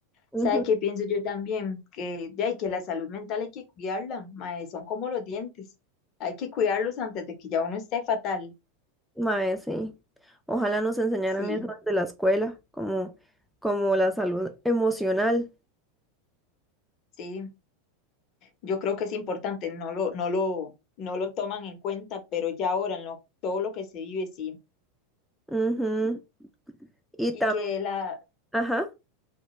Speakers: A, in the centre; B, on the left.
A: ujú.
B: ¿Sabe qué pienso yo también? Que ya hay que la salud mental hay que cuidarla, mae, son como los dientes. Hay que cuidarlos antes de que ya uno esté fatal.
A: Mae, sí. Ojalá nos enseñaran
B: Sí,
A: eso desde la escuela, como, como la salud emocional.
B: sí. Yo creo que es importante, no lo, no lo, no lo toman en cuenta, pero ya ahora en lo- todo lo que se vive, sí.
A: Ujú. Y
B: Y
A: también,
B: que la,
A: ajá,